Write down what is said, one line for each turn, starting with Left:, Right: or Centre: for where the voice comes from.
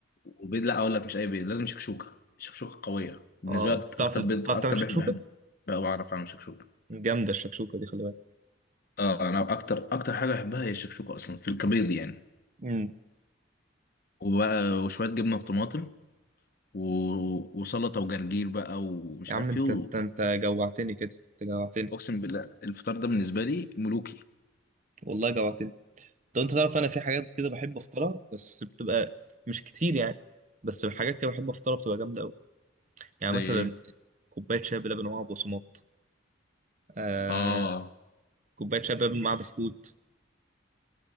Left: وبيض لا اقول لك مش اي بيض لازم شكشوكة شكشوكة قوية بالنسبة
Right: اه انت
Left: لك
Right: بتعرف
Left: اكتر
Right: بتعرف
Left: بيض اكتر
Right: تعمل شكشوكه
Left: بيض بحب بقى بعرف اعمل شكشوكة
Right: جامده الشكشوكه دي خلي
Left: اه انا اكتر اكتر حاجة بحبها هي الشكشوكة اصلا في الكبيض يعني
Right: بالك
Left: وبقى وشوية جبنة وطماطم و- وسلطة وجرجير بقى ومش
Right: يا عم
Left: عارف
Right: انت
Left: ايه و-
Right: انت انت جوعتني كده انت جوعتني
Left: اقسم بالله الفطار ده بالنسبة لي ملوكي
Right: والله جوعتني طب انت تعرف انا في حاجات كده بحب افطرها بس بتبقى مش كتير يعني بس حاجات كده بحب افطرها بتبقى جامده قوي يعني
Left: زي
Right: مثلا
Left: ايه
Right: كوبايه شاي بلبن ومعاها بقسماط آه
Left: اه
Right: كوبايه شاي بلبن مع بسكوت